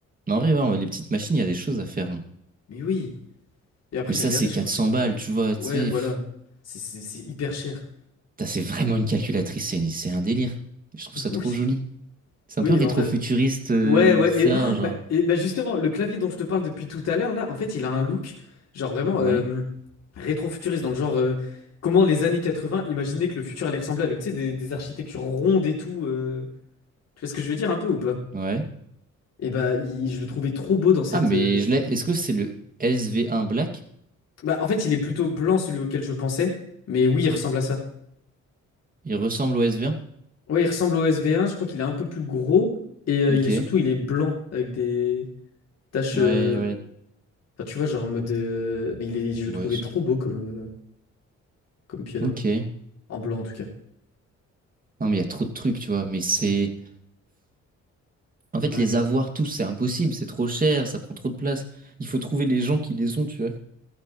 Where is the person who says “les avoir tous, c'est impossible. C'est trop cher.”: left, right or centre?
Right